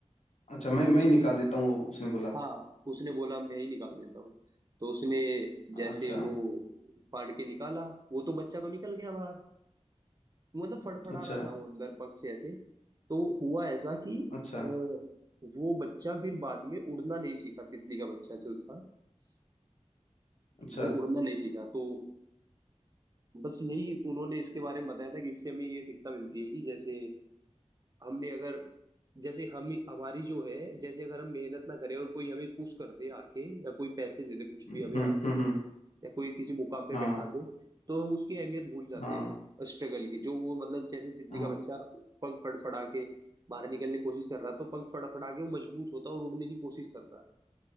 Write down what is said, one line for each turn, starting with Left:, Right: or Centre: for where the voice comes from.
Left: अच्छा मैं मैं
Right: लेकिन
Left: ही निकाल देता हूँ वो उसने बोला
Right: हाँ उसने बोला मैं ही निकाल देता हूँ तो उसने जैसे
Left: अच्छा
Right: वो फाड़ के निकाला वो तो बच्चा तो निकल गया बाहर मतलब फड़फड़ा
Left: अच्छा
Right: रहा था वो अंदर पग से ऐसे तो हुआ ऐसा कि
Left: अच्छा
Right: अ, वो बच्चा फिर बाद में उड़ना नहीं सीखा तितली का बच्चा जो था
Left: अच्छा
Right: वो उड़ना नहीं सीखा तो बस यही उन्होंने इसके बारे में बताया था कि इससे हमें ये शिक्षा मिलती है कि जैसे हमने अगर जैसे हम हमारी जो है जैसे अगर हम मेहनत ना करें और कोई हमें पुश कर दे आके या कोई पैसे दे दे कुछ भी
Left: हम्म
Right: हमें
Left: हम्म
Right: आके
Left: हम्म,
Right: या कोई किसी मुकाम पे
Left: हाँ
Right: बैठा दे तो हम उसकी अहमियत भूल जाते
Left: हाँ
Right: हैं स्ट्रगल की जो वो मतलब जैसे तितली
Left: हाँ
Right: का बच्चा पंख फड़फड़ा के बाहर निकलने की कोशिश कर रहा है, तो पंख फड़फड़ा के वो मजबूत होता है और उड़ने की कोशिश करता है